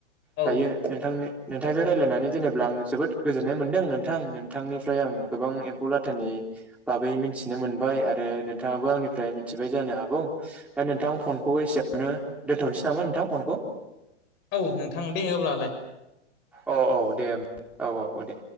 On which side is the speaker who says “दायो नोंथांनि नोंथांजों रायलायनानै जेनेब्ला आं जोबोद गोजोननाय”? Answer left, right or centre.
Centre